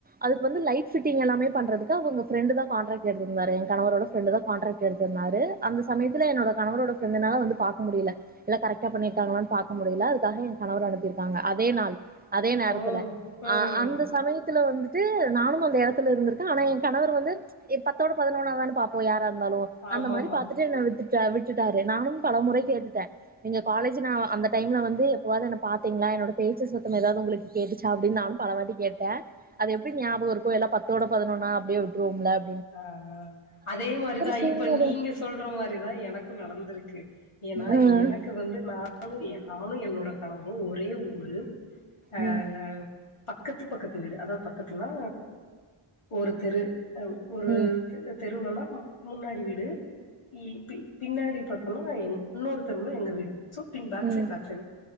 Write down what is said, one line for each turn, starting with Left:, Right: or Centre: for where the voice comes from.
Right: அதுக்கு வந்து லைட் ஃபிட்டிங் எல்லாமே பண்றதுக்கு அவுங்க ஃப்ரெண்டுதா கான்ட்ராக்ட் எடுத்துருந்தாரு எ கணவரோட ஃப்ரெண்டுதா கான்ட்ராக்ட் எடுத்துருந்தாரு அந்த சமயத்துல என்னோட கணவரோட ஃப்ரெண்டுனால வந்து பாக்க முடியல எல்லா கரெக்ட்டா பண்ணிருக்காங்களான் பாக்க முடியல அதுக்காக எ கணவர அனுப்பிரு க்காங்க அதே நாள் அதே நேரத்துல
Left: ஓ ம்
Right: அ அந்த சமயத்துல வந்துட்டு நானும் அந்த எடத்துல இருந்திருக்கெ ஆனா எ கணவர் வந்து எ‌ பத்தோட பதினொன்னா தான பாப்போ யாராரு ந்தாலு
Left: ஆமாமா
Right: அந்த மாரி பாத்துட்டு என்ன விட்டு ட்ட விட்டுட்டாரு நானும் பல முறை கேட்டுட்டே நீங்க காலேஜு நா அந்த டைம்ல வந்து எப்பவாது என்ன பா திங்ளா என்னோட பேச்சு சத்தம் எதாவ்து உங்களுக்கு கேட்டுச்சா அப்டின் நானும் பல வாட்டி கேட்டே அத எப்டி ஞாபக இருக்கு எல்லா பத்தோட பதினொன்னா அப்டியே விட்ருவோம்ல அ
Left: ஆ ஆ அதே மாரிதா
Right: சூழ்நில
Left: இப்ப நீங்க சொல்ற மாரிதா எனக்கு நடந்துருக்கு ஏன்னா
Right: ம்
Left: எனக்கு வந்து நானு என் நானு என்னோட கணவரு ஒரே ஊரு ஆ
Right: ம்
Left: பக்கத்து பக்கத்து வீடு அதா எபக்கத்துனா ஒரு தெரு ஒரு
Right: ம்
Left: தெ தெருவுலனா முன்னாடி வீடு பி பி பின்னாடி பாத்தொன்னா இன்னொரு தெருவுல எங்க வீடு சோ பின் பேக்ஸைட்
Right: ம்
Left: பேக்ஸைடு